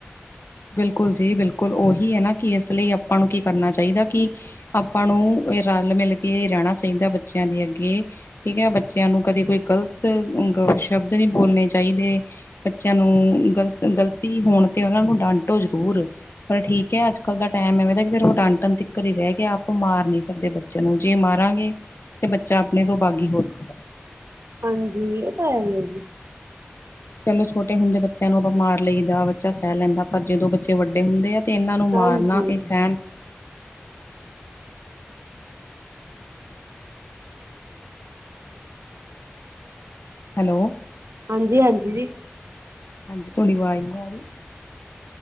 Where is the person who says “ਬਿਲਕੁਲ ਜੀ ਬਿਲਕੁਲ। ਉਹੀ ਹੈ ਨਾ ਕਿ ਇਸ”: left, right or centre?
Left